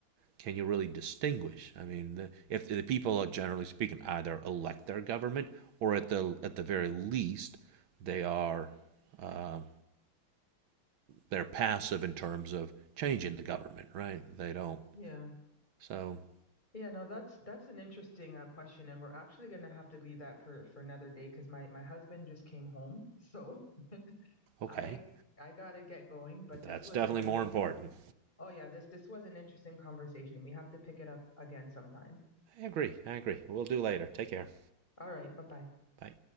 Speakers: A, on the right; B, on the left.
A: can you really distinguish? I mean, the, if the people are generally speaking either elect their government or at the at the very least they are uh, they're passive in terms of changing the government, right? They don't.
B: Yeah.
A: So,
B: Yeah. No, that's that's an interesting uh, question, and we're actually gonna have to leave that for for another day because my my husband just came home, <laughs> so
A: okay.
B: I I gotta get going. But
A: That's
B: this was
A: definitely
B: an amazing.
A: more important.
B: Oh yeah, this this was an interesting conversation. We have to pick it up again sometime.
A: I agree. I agree. We'll do later. Take care.
B: All right. Bye bye.
A: Bye.